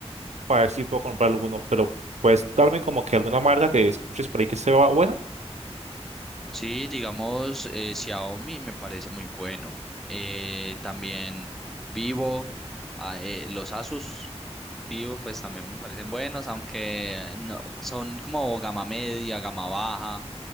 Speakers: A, on the right (about 85°); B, in the centre.
A: para ver si puedo comprar alguno, pero puedes darme como que alguna marca que escuches por ahí que sea buena.
B: Sí, digamos, eh, Xiaomi me parece muy bueno. Eh, también Vivo, ah, eh, los Asus Vivo, pues también me parecen buenos, aunque no, son como gama media, gama baja,